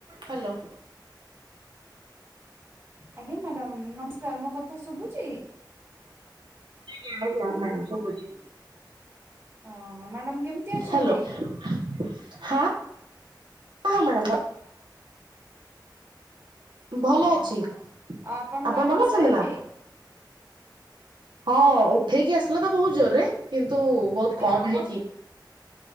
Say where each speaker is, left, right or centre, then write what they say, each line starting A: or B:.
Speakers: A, on the right (about 80°); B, on the right (about 30°).
A: Hello.
B: ଆଜ୍ଞା madam ନମସ୍କାର, ମୋ କଥା ଶୁଭୁଛି?
A: ଆଜ୍ଞା ଆଜ୍ଞା ମ୍ୟାଡ଼ାମ ସୁବୁଚି।
B: ଓହୋ ମ୍ୟାଡାମ କେମିତି ଅଛନ୍ତି?
A: ହାଲୋ ହ <unintelligible> ଭଲ
B: ହଁ
A: ଅଛି
B: ହଁ ଆଉ ଆପଣଙ୍କ
A: ଆପଣ
B: ଆଡ଼େ
A: ଭଲ
B: ବସା
A: ଅଛନ୍ତି
B: ହେଇଛି?
A: ନା? ହଁ ଉଠେଇକି ଆସିଲା ତ ବହୁତ ଜୋରରେ କିନ୍ତୁ ବହୁତ
B: ଆଉ
A: କମ
B: ଆପଣ
A: ହେଇଚି।